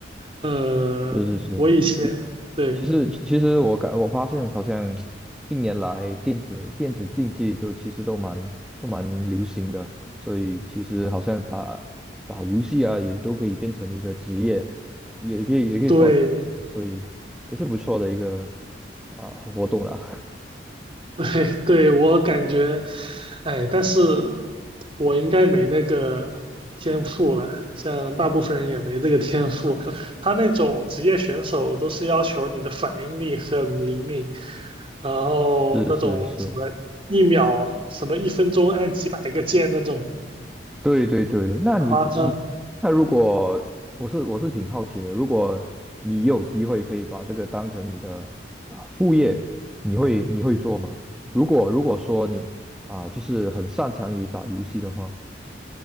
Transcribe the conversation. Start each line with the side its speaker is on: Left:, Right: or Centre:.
Right: 呃，
Centre: 是是是。
Right: 我以前对
Centre: 其实，其实我感我发现，好像近年来电子电子竞技都其实都蛮都蛮流行的，所以其实好像打打游戏啊，也都可以变成一个职业，也可以也可以赚，
Right: 对，
Centre: 所以也是不错的一个啊、活动啦。
Right: <laughs> 哎，对，我感觉，哎，但是我应该没那个天赋了，像大部分人也没这个天赋。他那种职业选手都是要求你的反应力很灵敏，然后那种什么一秒、
Centre: <laughs> 是是是，
Right: 什么一分钟按几百个键那种
Centre: 对对对，那你你那如果我是我是挺好奇的，
Right: 很夸张。
Centre: 如果你有机会可以把这个当成你的啊、副业，你会你会做吗？如果如果说你啊、就是很擅长于打游戏的话，